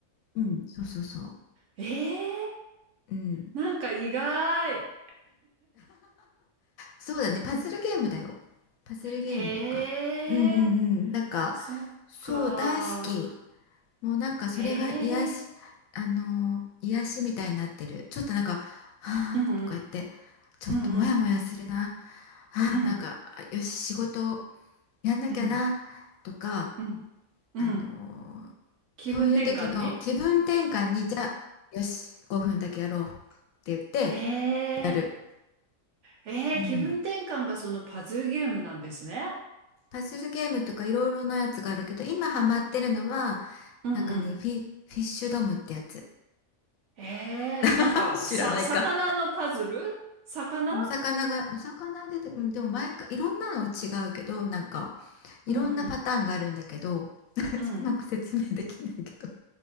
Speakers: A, on the left; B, on the right.
A: うん、そうそうそう。
B: ええ、
A: うん。
B: なんか意外。
A: そうだね、パズルゲームだよ。パズルゲームとか。
B: へえ、
A: うんうんうん。なんか、
B: そっか。
A: そう、大好き。もうなんかそれが癒し、
B: へえ、
A: あのー癒しみたいになってる。ちょっとなんか、はあとか言って、
B: うん
A: ちょっとモヤモヤするな。
B: うんうん
A: あーなんか、
B: うん
A: あよし、仕事やんなきゃな、
B: うんうん
A: とか、
B: うんうん。
A: あのー
B: 気分転換ね。
A: そういう時の気分転換に、じゃあ、よし、5分だけやろうって言って
B: へえ。
A: やる。
B: えー、
A: うん。
B: 気分転換がそのパズルゲームなんですね。
A: パズルゲームとかいろいろなやつがあるけど、今ハマってるのは、
B: うんうん。
A: なんかね、フィ、フィッシュドムってやつ。
B: えー、なんか、
A: <laughs> 知らないか。
B: さ、魚のパズル魚
A: お魚が、お魚出て、うん、でも毎回いろんなのは違うけど、なんかいろんなパターンがあるんだけど、
B: うんうん。
A: <laughs>
B: うん。
A: うまく説明できないけど。